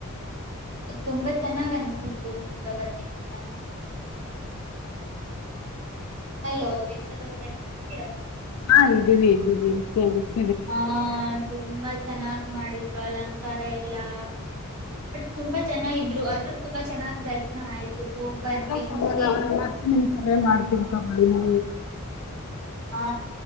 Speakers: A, on the right (about 85°); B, on the left (about 75°).
A: ತುಂಬಾ ಚೆನ್ನಾಗ್ ಅನ್ಸಿದತ್ತು ನಮ್ಗೆ ಅವತ್ತಿನ ದಿನ ಅಲೋ ಯಶದವ್ರೇ ಇದ್ದೀರಾ
B: ಹಾ ಇದ್ದೀವಿ ಇದ್ದೀವಿ ಹೇಳಿ
A: ಹ್ಮ ತುಂಬಾ ಚೆನ್ನಾಗ್ ಮಾಡಿದ್ರು ಅಲಂಕಾರ ಎಲ್ಲಾ. ಬಟ್ ತುಂಬಾ ಜನ ಇದ. ಇದ್ರು ಆದ್ರೂ ತುಂಬಾ ಚೆನ್ನ್ ದರ್ಶನ ಆಯ್ತು. ಹೋಗ್ ಬಂದ್ವಿ
B: ಅದ
A: ನಮ್ ಸ್ನೇಹ
B: ಅವ್ರ ಮತ್ತೆ ನಿನ ಕರೆ ಮತ್ತೆ ತಗೊಳ್ಳಳಿ ನ
A: ಹಾ